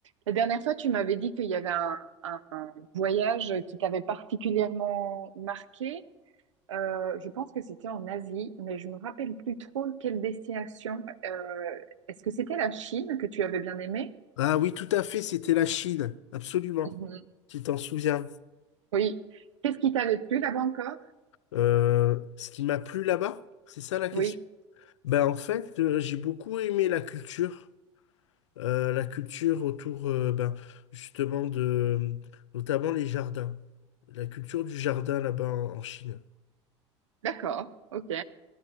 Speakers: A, on the right; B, on the left.
A: La dernière fois, tu m'avais dit qu'il y avait un, un voyage qui t'avait particulièrement marqué. Euh, je pense que c'était en Asie, mais je me rappelle plus trop quelle destination. Euh, est-ce que c'était la Chine que tu avais bien aimé?
B: Ah oui, tout à fait, c'était la Chine, absolument.
A: Mhm.
B: Tu t'en souviens.
A: Oui. Qu'est-ce qui t'avait plu là-bas encore?
B: Euh, ce qui m'a plu là-bas, c'est ça la question.
A: Oui.
B: Ben, en fait, euh, j'ai beaucoup aimé la culture, euh, la culture autour, euh, ben, justement, de, notamment les jardins. La culture du jardin là-bas en, en Chine.
A: D'accord. Ok.